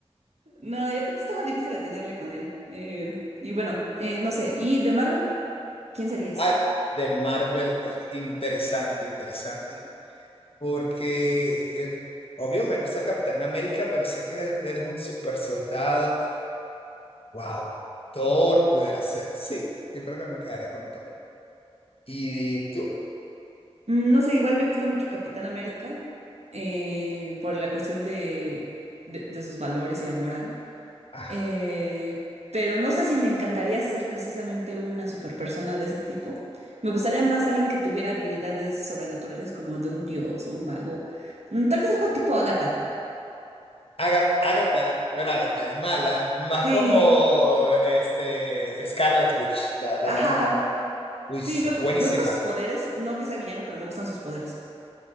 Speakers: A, on the right; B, on the left.
A: No, y aparte estaba difícil atinarle con él. Eh, y bueno, eh, no sé. ¿Y de Marvel? ¿Quién serías?
B: Ah, de Marvel, interesante, interesante. porque, eh, obvio, me gusta el Capitán América, pero sé que él es un super soldado. Wow, Thor pudiera ser, sí, yo creo que me quedaría con Thor. ¿Y tú?
A: Mm, No sé, igual me gusta mucho Capitán América eh, por la cuestión de, de, de sus valores y la moral.
B: Ah,
A: Eh, pero no sé si me encantaría ser precisamente una superpersona de ese tipo. Me gustaría más alguien que tuviera habilidades sobrenaturales como de un dios o un mago. Mm, tal vez algo tipo Agatha.
B: Agatha, Agatha, pero Agatha es mala, más
A: Sí,
B: como este, Scarlet Witch, la, la
A: ajá.
B: bruja escarlata. Uy,
A: Sí,
B: es
A: me, me
B: buenísima.
A: gustan sus poderes. No que sea villano, pero me gustan sus poderes.